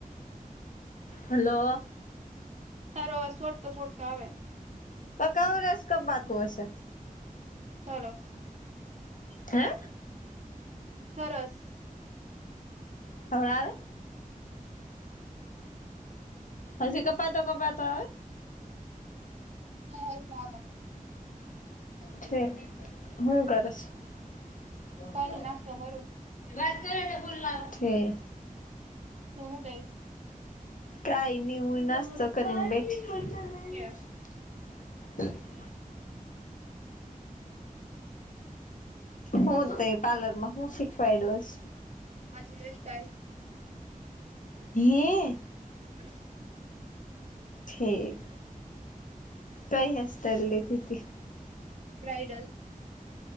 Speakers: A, on the left; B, on the right.
A: હલો
B: તારો અવાજ સોટતો સોટતો આવે
A: પકા વરસ કપાતું હશે
B: હલો
A: હે
B: સરસ
A: હવે આવે
B: હા
A: હજી કપાતો કપાતો આવે
B: નહી હરખું આવે
A: ઠે હુ કરસ <unintelligible> થે
B: કઈ નઈ નાસ્તો કરું તું હુ પેર
A: કાઈ ની હુ નાસ્તો કરીને બેઠી
B: ક્યાં
A: <inaudible> હું તે પાર્લર માં હું શીખવાયડું હસ
B: પાછળ હેરસ્ટાઇલ
A: હે
B: હમ્મ
A: ઠીક કઈ હેરસ્ટાઇલ લીધી તી?
B: બ્રાઇડલ.